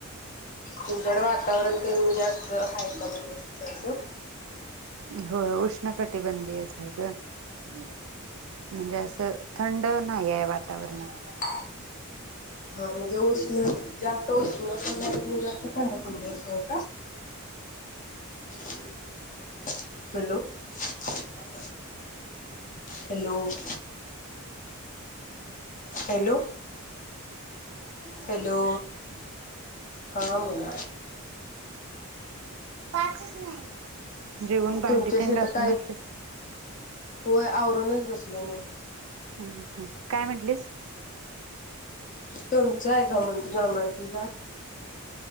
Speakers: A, on the left (about 35°); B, on the right (about 70°).
A: तुमच्याकडे वातावरण तेन जास्त हाय का व्यवस्थित असं?
B: होय उष्ण कटिबंदीयच हाय ग. <unintelligible> म्हणजे असं थंड नाहीयेय वात <unintelligible>
A: <inaudible> हा म्हणजे उष्ण जा उष्ण पण नाही आणि जास्त थंड पण नाही <unintelligible> हॅलो, <unintelligible> हॅलो, <unintelligible> हॅलो <unintelligible> हॅलो, हा बोला.
B: पाचच <unintelligible> जेवून
A: मग
B: भांडीतेन
A: तुमच्या शेतात
B: घासून
A: आहे
B: बसलेस काय?
A: होय, आवरूनच बसले न.
B: हा हा हा, काय म्हंटलीस?
A: तुमचंय का मग ती जांभळाच झाड?